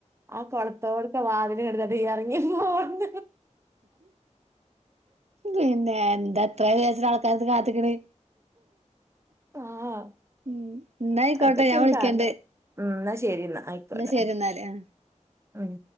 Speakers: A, on the right; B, on the right.
A: ആഹ് കുളത്തോടൊക്കെ വാതില് കിടന്നോട്ടെ ഇറങ്ങി പോണത്.
B: പിന്നെ എന്താ അത്ര വിചാരിച്ചിട്ട് ആൾക്കാര് അത് കാത്ത് നിക്കണ്.
A: ആഹ്
B: ഉം ന്നായിക്കോട്ടെ
A: അതൊക്കെ
B: ഞാൻ
A: ഒരുകാലം.
B: വിളിക്കണ്ട്
A: ഉം എന്നാ ശരി എന്നാ ആയിക്കോട്ടെ
B: ശരി എന്നാല് ആ
A: ഉം.